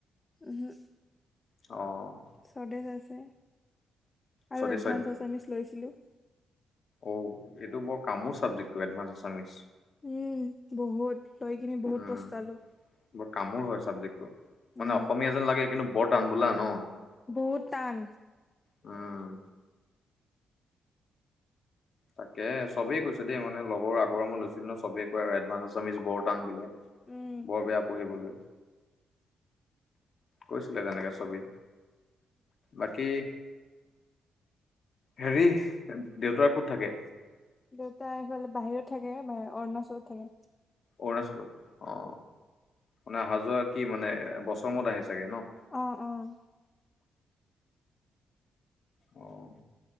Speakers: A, on the left (about 30°); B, on the left (about 55°).
A: উম, হু।
B: অ',
A: স্বদেশ আছে, আৰু
B: স্বদেশ
A: এডভান্স আছামিছ লৈছিলো।
B: ঔ, এইটো বৰ কামোৰ চাবজেক্টটো, এডভান্স আছামিছ।
A: উম, বহুত লৈ কিনে বহুত
B: উম,
A: পস্তালো।
B: বৰ কামোৰ হয় চাবজেক্টটো, মানে
A: উম
B: অসমীয়া যেন লাগে কিন্তু বৰ টান বোলা ন।
A: বহুত টান।
B: উম, তাকে চবেই কৈছে দেই মানে লগৰ আগৰ মই লৈছিলো ন, চবেই ক'য় আৰু এডভাঞ্চ আসামিছ বৰটান বোলে
A: উম
B: বৰ বেয়া পঢ়িবলৈ কৈছিলে তেনেকে চবেই। বাকি হেৰি দেউতা ক'ত থাকে?
A: দেউতা সেইফালে বাহিৰত থাকে, অৰুণাচলত থাকে।
B: অৰুণাচলত অ, মানে আহা যোৱা কি মানে বছৰ মূৰত আহে চাগে ন?
A: অ', অ',
B: অ',